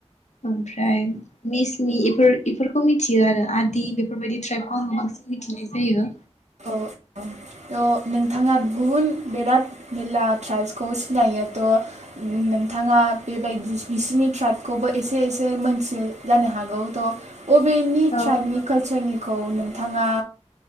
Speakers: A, on the left; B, on the right.
A: ओमफ्राय मिसमि इफोर बेफोरखौ मिथियो आरो आदि बेफोरबायदि ट्राइबखौ आङो बांसिन मिथिनाय जायो
B: औ थ' नोंथाङा गुबुन बेराद मेला ट्राइब्सखौ सिनायो त' बिथाङा बेबायदि बिसिनि ट्राइबखौबो एसे एसे मोनथि जानो हागौ थ' बबेनि
A: औ
B: ट्राइबनि काल्चारनि खौ नोंथाङा